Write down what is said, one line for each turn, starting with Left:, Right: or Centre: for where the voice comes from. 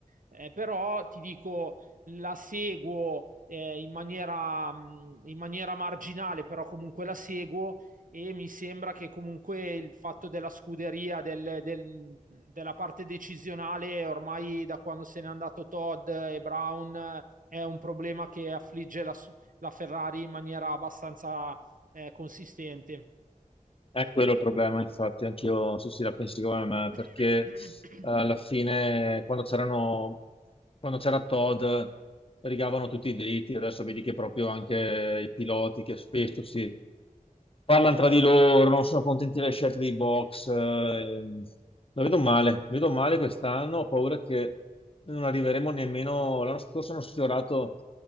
Right: Eh, però ti dico la seguo eh, in maniera, mh, in maniera marginale, però comunque la seguo e mi sembra che comunque il fatto della scuderia, del- del- della parte decisionale, ormai da quando se n'è andato Todd e Brown, eh, è un problema che affligge la, su- la Ferrari in maniera abbastanza eh, consistente.
Left: È quello il problema, infatti, anch'io sì, sì, la pensi come me,
Right: <coughs>
Left: perché eh, alla
Right: <laughs>
Left: fine quando c'erano, quando c'era Todd rigavano tutti i diritti, adesso vedi che proprio anche i piloti che spesso si, Parlano tra di loro, non sono contenti delle scelte dei box. eh, ehm. La vedo male, vedo male quest'anno, ho paura che non arriveremo nemmeno. L'anno scorso hanno sfiorato